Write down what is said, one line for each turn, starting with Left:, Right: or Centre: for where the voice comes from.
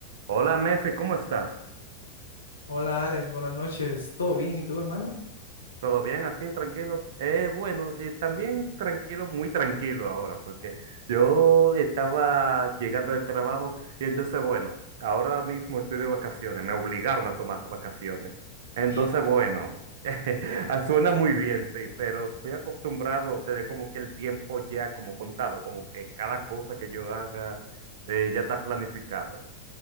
Right: Hola, mefe, ¿cómo estás?
Left: Hola Alex, buenas noches. ¿Todo bien? ¿Y tú, hermano?
Right: ¿Todo bien aquí? ¿Tranquilo? Eh, bueno, eh, también tranquilo, muy tranquilo ahora, porque yo estaba llegando del trabajo y entonces, bueno, ahora mismo estoy de vacaciones, me obligaron a tomar vacaciones. Entonces,
Left: Ya.
Right: bueno, <laughs> ah, suena muy bien, sí, pero estoy acostumbrado a tener como que el tiempo ya como contado, como que cada cosa que yo haga eh, ya está planificado.